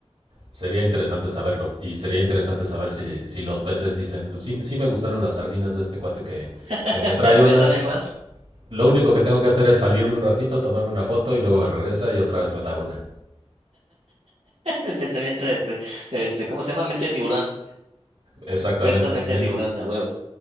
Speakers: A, on the right; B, on the right.
A: sería interesante saberlo. Y sería interesante saber si, si los peces dicen, "Pues sí, sí me gustaron las sardinas de este cuate que,
B: <laughs>
A: que me trae
B: A
A: una.
B: ver, dame más.
A: Lo único que tengo que hacer es salirme un ratito, tomarme una foto y luego me regresa y otra vez me da una.
B: El pensamiento de, pe- este, ¿cómo se llama? Mente de tiburón.
A: Exactamente,
B: Pez con mente
A: men-
B: de tiburón, a huevo.